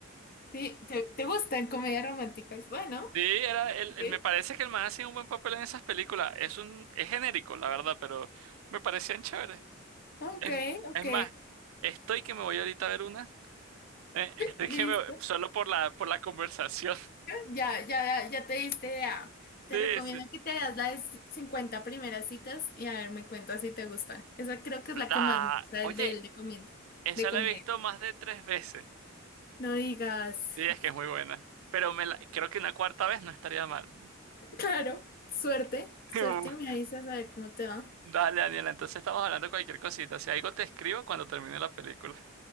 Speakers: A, on the left; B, on the right.
A: sí, ¿te, te gustan comedias románticas? Bueno,
B: Sí, era él. el-
A: sí.
B: me parece que el man hacía un buen papel en esas películas. Es un, es genérico, la verdad, pero me parecían chéveres.
A: Ok,
B: Es,
A: ok,
B: es más, estoy que me voy ahorita a ver una. <laughs> Eh, Estoy
A: listo.
B: que me voy- solo por la, por la conversación. <laughs>
A: Ya, ya, ya te diste idea. Te
B: Sí,
A: recomiendo
B: sí.
A: que te veas la de 50 primeras citas y a ver, me cuentas si te gusta. Esa creo que es la
B: La,
A: que más me gusta,
B: oye,
A: el de el de comienda,
B: esa
A: de comedia.
B: la he visto más de tres veces.
A: No digas.
B: Sí, es
A: <laughs>
B: que es muy buena. Pero me la, creo que una cuarta vez no estaría mal.
A: Claro, suerte,
B: <laughs>
A: suerte, me avisas a ver cómo te va.
B: Dale, Daniela, entonces estamos hablando de cualquier cosita. Si algo te escribo cuando termine la película.